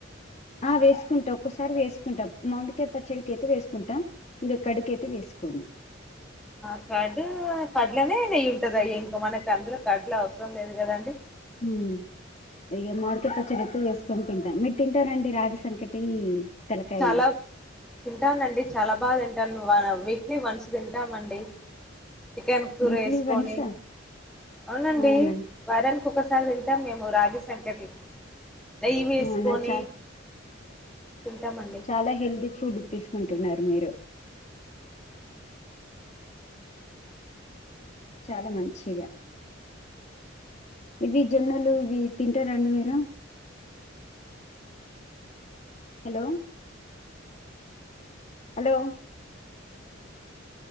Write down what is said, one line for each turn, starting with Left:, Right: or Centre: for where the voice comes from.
Left: ఆ వేసుకుంటా ఒక్కసారి వేసుకుంటా మామిడికాయ పచ్చడికి అయితే వేసుకుంటా ఇంకా కర్డ్ అయితే వేసుకోను
Centre: ఆ కర్డ్ కడ్లనే నెయ్యి ఉంటదాయే ఇంక మనకు అందులో కర్డ్ లో అవసరం లేదు కదండి
Left: మ్మ్ ఇగ మామిడికాయ పచ్చడి ఎక్కువ వేసుకొని తింటాను మీరు తింటారండి రాగి సంకటి తలకాయ
Centre: చాలా తింటానండి చాలా బాగా తింటాను నువ్వాలా వీక్లీ వన్స్ తింటామండి చికెన్ కూర
Left: వీక్లీ
Centre: ఏసుకొని
Left: వన్స్
Centre: అవునండి
Left: అవునా
Centre: వారనికి ఒకసారి తిం టం మేము రాగి సంకటి నెయ్యి వేసుకొని
Left: అవునా చ
Centre: తింటామండి
Left: చాలా హెల్దీ ఫుడ్ తీసుకుంటున్నారు మీరు చాలా మంచిగా ఇవి జొన్నలు ఇవి తింటారండి మీరు హలో హలో